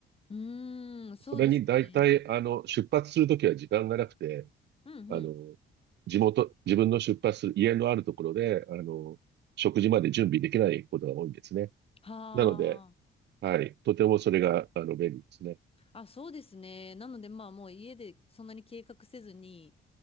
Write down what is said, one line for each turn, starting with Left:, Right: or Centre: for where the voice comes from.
Left: うーん、そうですね。
Right: それに大体、あの、出発するときは時間がなくて、
Left: うんうん。
Right: あの、地元、自分の出発する家のあるところで、あの、食事まで準備できないことが多いんですね。
Left: はあ。
Right: なので、はい、とてもそれが、あの、便利ですね。
Left: あ、そうですね。なのでまあもう家でそんなに計画せずに、